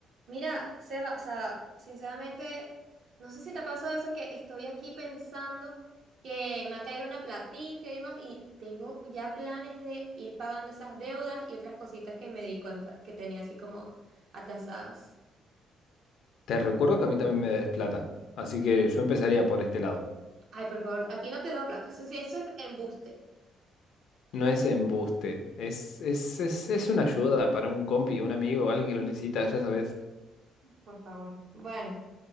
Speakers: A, on the right (about 65°); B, on the left (about 75°).
A: Mira, Seba, o sea, sinceramente, no sé si te ha pasado eso que estoy aquí pensando que me ha caído una platica y demás, y tengo ya planes de ir pagando esas deudas y otras cositas que me di cuenta que tenía así como atrasadas.
B: Te recuerdo que a mí también me des plata, así que yo empezaría por este lado.
A: Ay, por favor, a ti no te debo plata. Eso sí, eso es embuste.
B: No es embuste, es, es, es, es una ayuda para un compi, un amigo, alguien que lo necesita, ya sabes.
A: Por favor. Bueno.